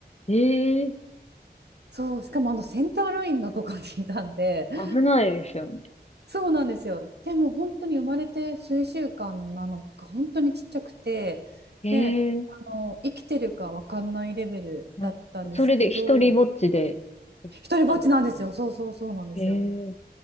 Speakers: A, on the left (about 40°); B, on the right (about 70°).
A: えー、
B: そう、しかもあのセンターラインのとこにいたんで、<laughs>
A: 危ないですよね。
B: そうなんですよ。でも本当に生まれて数週間なのか、本当にちっちゃくて、
A: え
B: で、
A: ー、
B: あの、生きてるかわかんないレベルだったんですけど、
A: うん、それで一人ぼっちで行ったんですよね。
B: 一人ぼっちなんですよ。そうそうそうなんですよ。
A: ええ